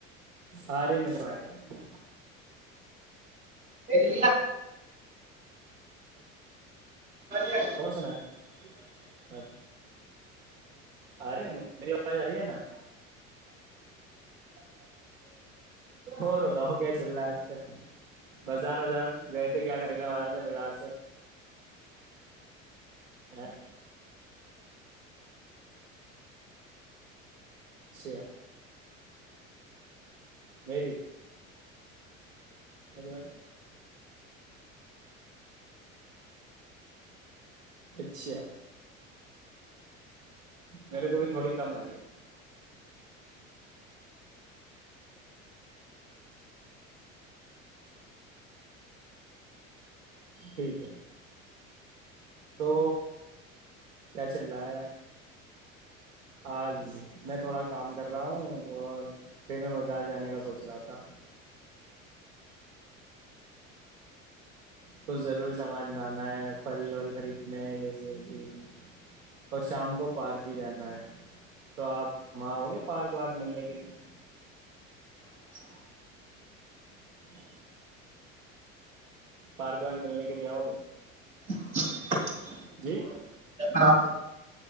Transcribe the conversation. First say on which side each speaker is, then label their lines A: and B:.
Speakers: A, on the right; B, on the right.
A: آ رہے م ب
B: سری ہے
A: اور سنا ہے آے میری آواز آ رہی ہے نا اور ہوتا ہو کیا چل رہا ہے آج کل بازار وازار گئے تھے کیا خریدا سے بازار سے ا سی مری دنی وج اچھا میرے کو بھی تھوڑی کم آ رہی ہے ٹھیک ہے تو کیا چل رہا ہے آج میں تھوڑا کام کر رہا ہوں اور پھر میں بازار جانے کا سوچ رہا تھا کچھ ضرور سامان لانا ہے پھل ول خریدنے ہے جیسے کہ اور شام کو پارک بھی جانا ہے تو آپ وہاں ہو گے پارک وارک ملنے کے لیے
B: اچ
A: ہ پارک وگ د ن لے کےے ہو
B: <unintelligible>
A: جی
B: آپ